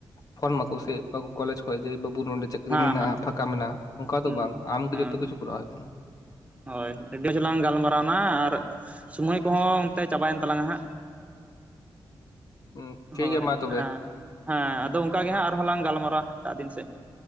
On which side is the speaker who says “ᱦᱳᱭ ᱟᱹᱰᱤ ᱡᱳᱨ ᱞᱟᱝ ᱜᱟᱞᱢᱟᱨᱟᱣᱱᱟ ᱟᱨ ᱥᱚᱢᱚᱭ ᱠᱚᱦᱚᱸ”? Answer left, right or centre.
Right